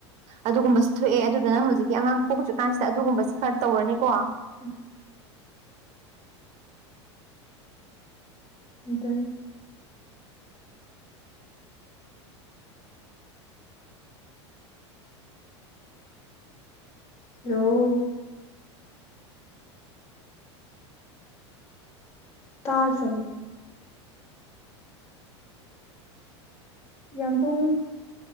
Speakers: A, on the right (about 50°); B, on the left (about 40°).
A: ꯑꯗꯨꯒꯨꯝꯕꯁꯨ ꯊꯣꯛꯑꯦ ꯑꯗꯨꯗꯨꯅ ꯍꯧꯖꯤꯛꯀꯤ ꯑꯉꯥꯡ ꯄꯣꯛꯇ꯭ꯔꯤꯀꯥꯟꯁꯤꯗ ꯑꯗꯨꯒꯨꯝꯕꯁꯤ ꯈꯔ ꯇꯧꯔꯅꯤꯀꯣ
B: ꯎꯝ ꯗꯩ ꯍꯜꯂꯣ ꯇꯥꯗꯔꯕꯣ ꯌꯥꯝ ꯄꯨꯡ